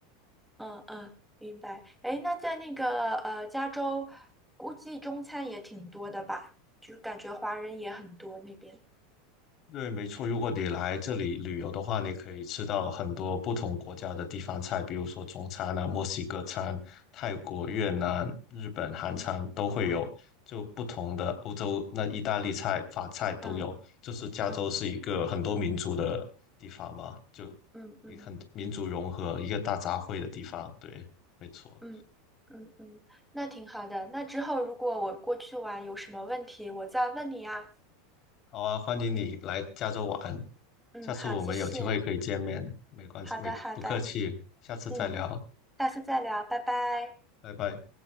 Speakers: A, in the centre; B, on the left.
A: 嗯嗯，明白。哎，那在那个呃加州，估计中餐也挺多的吧，就感觉华人也很多那边。
B: 对，没错。如果你来这里旅游的话，你可以吃到很多不同国家的地方菜，比如说中餐啊、墨西哥餐、泰国、越南、日本、韩餐都会有，就不同的欧洲那意大利菜、法菜都有。
A: 嗯
B: 就是加州是一个很多民族的地方嘛，
A: 嗯
B: 就一很民族融合，
A: 嗯嗯。
B: 一个大杂烩的地方。对，没错。
A: 嗯嗯嗯，那挺好的。那之后如果我过去玩有什么问题，我再问你啊。
B: 好啊，欢迎你来加州玩，
A: 嗯，
B: 下次我们有机会可以见面，
A: 好，谢谢。
B: 没关系，
A: 好的，
B: 没不客气，
A: 好的。
B: 下次再聊，
A: 嗯，下次再聊，拜拜。
B: 拜拜。